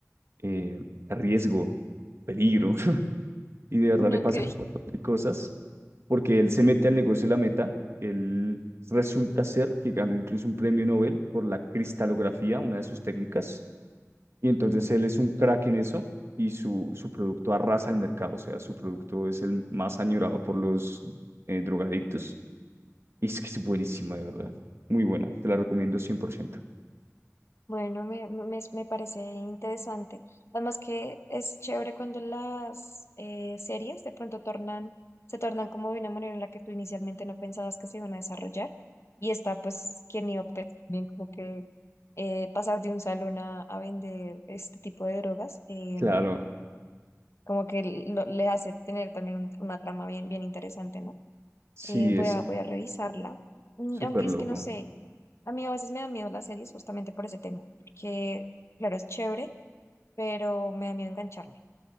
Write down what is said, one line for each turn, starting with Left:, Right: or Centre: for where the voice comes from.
Right: eh, riesgo, peligro. y de verdad
Left: Ok.
Right: le pasan un montón de cosas porque él se mete al negocio de la meta, él resulta ser que ganó incluso un premio Nobel por la cristalografía, una de sus técnicas, y entonces él es un crack en eso y su, su producto arrasa el mercado, o sea, su producto es el más añorado por los eh, drogadictos y es que es buenísima, de verdad, muy buena, te la recomiendo cien por ciento
Left: Bueno, me, me, me parece interesante. Además que es chévere cuando las eh, series de pronto tornan, se tornan como de una manera en la que tú inicialmente no pensabas que se iban a desarrollar. Y está, pues, quien iba a pensar bien como que eh, pasar de un salón a, a vender este tipo de drogas, eh,
Right: Claro,
Left: como que lo- le hace tener también un- una trama bien, bien interesante, ¿no?
Right: sí,
Left: Eh, voy
Right: es
Left: a, voy a revisarla. Mm,
Right: súper
Left: Aunque
Right: loco,
Left: es que no sé. A mí a veces me da miedo las series justamente por ese tema, que claro, es chévere, pero me da miedo engancharme.